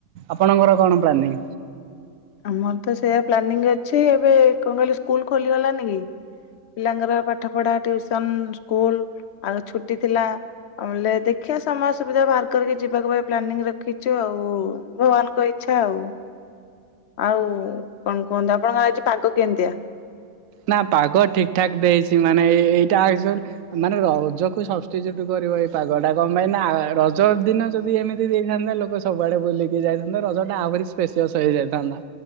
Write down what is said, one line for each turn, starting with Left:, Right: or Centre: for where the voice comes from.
Right: ଆପଣଙ୍କର କଣ ପ୍ଲାନିଂ?
Left: ଆମର ତ ସେଇଆ ପ୍ଲାନିଂ ଅଛି ଏବେ କଣ କହିଲେ ସ୍କୁଲ ଖୋଲିଗଲାନି କି ପିଲାଙ୍କର ପାଠ ପଢ଼ା ଟିଉସନ୍ ସ୍କୁଲ ଆଉ ଛୁଟି ଥିଲା ଆଉ ବଲେ ଦେଖିବା ସମୟ ସୁବିଧା ବାହାର କରିକି ଯିବାକୁ ପାଇଁ ପ୍ଲାନିଂ ରଖିଛୁ ଆଉ ଭଗବାନଙ୍କ ଇଚ୍ଛା ଆଉ ଆଉ କଣ କୁହନ୍ତୁ ଆପଣଙ୍କର ଆଜି ପାଗ କେମିତିଆ?
Right: ନା ପାଗ ଠିକ୍ ଠାକ୍ ଦେଇଛି ମାନେ ଏଇଟା ଏକ୍ଚୁଏଲ ମାନେ ରଜକୁ ସବଷ୍ଟିଚୁଟ୍ କରିବ ଏଇ ପାଗ ଟା କଣ ପାଇଁ ନା ରଜ ଦିନ ଯଦି ଏମିତି ଦେଇଥାନ୍ତା ଲୋକ ସବୁଆଡେ ବୁଲିକି ଯାଇଥାନ୍ତେ ରଜ ଟା ଆହୁରି ସ୍ପେସିଅସ୍ ହେଇଯାଇଥାନ୍ତା